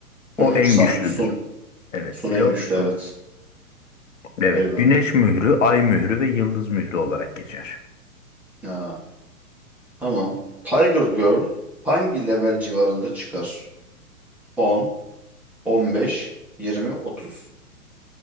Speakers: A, in the centre; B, on the left.
A: Hı
B: O
A: hı,
B: en
A: San,
B: güçlüdür.
A: Sun.
B: Evet,
A: Sun
B: Silah
A: en güçlü
B: Sun.
A: evet.
B: Evet,
A: Vay be.
B: Güneş mührü, Ay mührü ve Yıldız mührü olarak geçer.
A: Ha, tamam. Tiger Girl hangi level civarında çıkar? 10, 15, 20, 30.